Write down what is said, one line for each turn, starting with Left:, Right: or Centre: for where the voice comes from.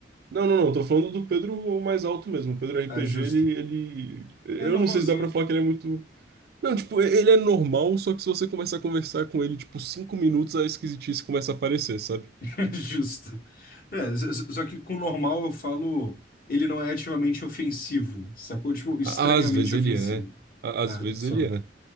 Right: Não, não, não, tô falando do Pedro mais alto mesmo. O Pedro RPG,
Left: Ah, justo.
Right: ele, ele. Eu
Left: É normalzinho,
Right: não sei se dá pra falar que ele é muito. Não, tipo, e- ele é normal, só que se você começar a conversar com ele, tipo, cinco minutos, a esquisitice começa a aparecer, sabe?
Left: <laughs> justo. É, só só- só que com normal eu falo. Ele não é ativamente ofensivo, sacou? Tipo, estranhamente
Right: À- Às vezes ele
Left: ofensivo.
Right: é. À-
Left: Ah,
Right: Às vezes
Left: só.
Right: ele é.